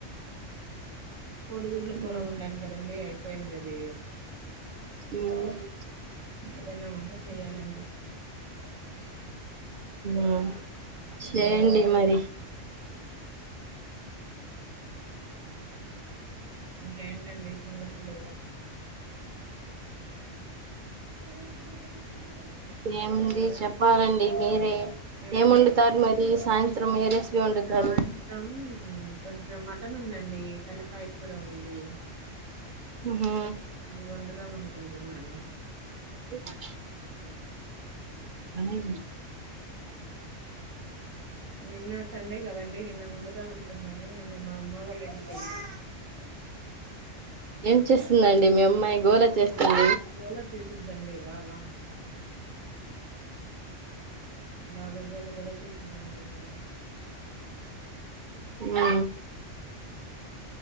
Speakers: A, on the right; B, on the right.
A: కొడుగుడ్ల
B: ఉమ్
A: కూర ఉండాను కదండి అయి పోయిందది
B: హమ్ <inaudible>
A: ఏదన్నా వంట చెయ్యాలం <inaudible>
B: ఆహ్
A: హ్మ్
B: చేయండి మరి
A: ఇంకేంటండి సంగతులు <unintelligible>
B: ఏంది చెప్పాలండి మీరే
A: ఏవండి
B: ఏం వండుతారు మరి సాయంత్రం ఏ రెసిపీ వండుతారు
A: సాయంత్రం కొంచెం మటన్ ఉందండి తెల్లకాయ కూర ఉంది
B: హమ్
A: ఇది వండుదాం అను కుంటున్నాను
B: అ <unintelligible> రనీ
A: నిన్న సండే కదండి నిన్న వండుదాం అనుకున్నాను. నిన్న మామ మా వాళ్ళ ఇంటిక ఉయ్యాలా
B: ఏం చేస్తుందండి, మీ అమ్మాయి గోలా చేస్తుంది.
A: గోల చేసిద్దండి బాగా బాగా గోల గోల చేసిద్ద మ
B: ఆ